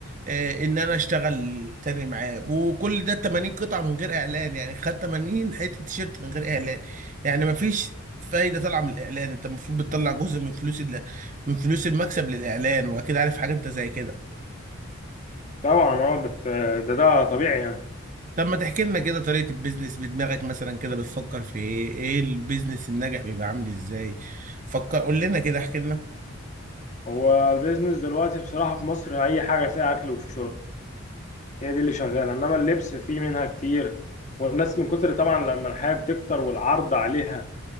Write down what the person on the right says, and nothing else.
آه ان انا اشتغل تاني معاه وكل ده 80 قطعة من غير اعلان يعني خد 80 حتة تيشيرت من غير اعلان يعني مفيش فايدة طالعة من الاعلان انت المفروض بتطلع جزء من فلوس ال... من فلوس المكسب للاعلان واكيد عارف حاجة انت زي كده
طب ما تحكي لنا كده طريقة البيزنس بدماغك مثلا كده بتفكر في ايه ايه البيزنس الناجح بيبقى عامل ازاي فكر قول لنا كده احكي لنا